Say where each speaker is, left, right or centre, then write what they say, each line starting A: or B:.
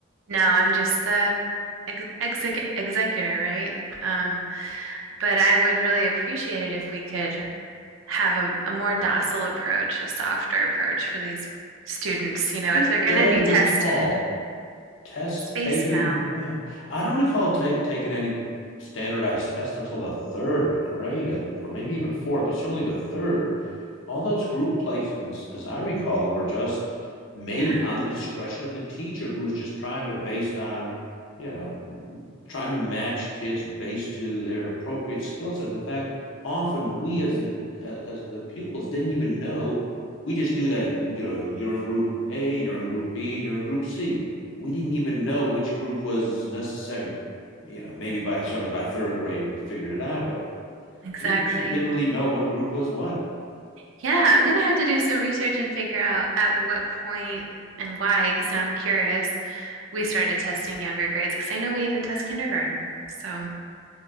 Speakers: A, on the right; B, on the left.
A: No, I'm just the ex- exec- executor, right? Um, but I would really appreciate it if we could have a, a more docile approach, a softer approach for these students. You know,
B: I
A: if they're going
B: don't
A: to be tested,
B: recall tests
A: space
B: taking,
A: them out.
B: yeah, I don't recall ta- taking any standardized tests until the third grade uh, or maybe even fourth, but certainly the third. all those group placements, as I recall, were just made
A: Yeah,
B: on the discretion of the teacher who was just trying to based on, you know, trying to match kids based to their appropriate skill sets. In fact, often we as the as the pupils didn't even know. We just knew that you know you're in group A, you're in group B, you're in group C. We didn't even know which group was necessary. You know, maybe by certainly by third grade we figured it out, but
A: exactly.
B: we initially didn't really know what group was what.
A: Yeah, I'm gonna have to do some research and figure out at what point and why, because I'm curious. We started testing younger grades because I know we even test kindergarten. So,